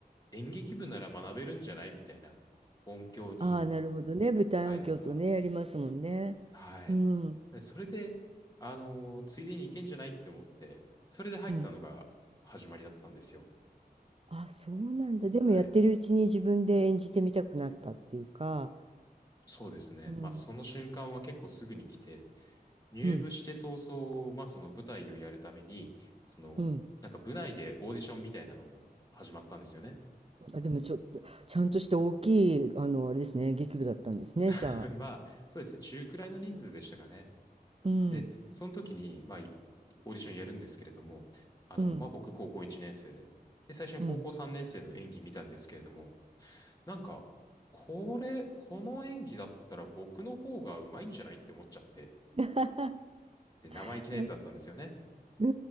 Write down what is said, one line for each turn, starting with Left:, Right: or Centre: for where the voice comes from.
Left: 演劇部なら学べるんじゃないみたいな音響に
Right: ああ、なるほどね。舞台音響とね、
Left: 入れば、
Right: やりますもんね。
Left: はい。
Right: うん。
Left: それで、あのーついでに行けんじゃないって思って、それで入ったのが始まりだったんですよ。
Right: うん。あ、そうなんだ。でもやってるうちに自分で演じてみたくなったっていうか。
Left: はい。そうですね。
Right: うん。
Left: まあ、その瞬間は結構すぐに来て、入部して早々、
Right: うん。
Left: まあ、その舞台をやるために、その、
Right: うん。
Left: なんか部内でオーディションみたいなのを始まったんですよね。
Right: あ、でもちょっと、ちゃんとした大きい、あの、あれですね、劇部だったんですね、
Left: <laughs>
Right: じゃあ。
Left: まあ、そうですね。中くらいの人数でしたかね。
Right: うん、
Left: で、その時に、まあ、いオーディションやるんですけれども、あの、
Right: うん、
Left: まあ、僕、高校1年生で、で、最初に高校3年生の演技見たんですけれども、
Right: うん。
Left: なんか、これ、この演技だったら僕の方がうまいんじゃないって思っちゃって、
Right: <laughs>
Left: で、生意気なやつだったんですよね。
Right: わう